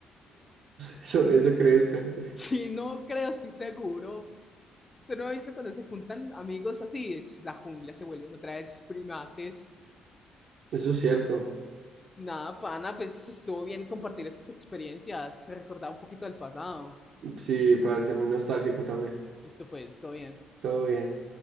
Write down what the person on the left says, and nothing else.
Sí, no creo, estoy seguro. Usted no ha visto cuando se juntan amigos así, Eso es la jungla, se vuelven otra vez primates.
Nada, pana, pues estuvo bien compartir estas experiencias, recordar un poquito del pasado.
Listo, pues, todo bien.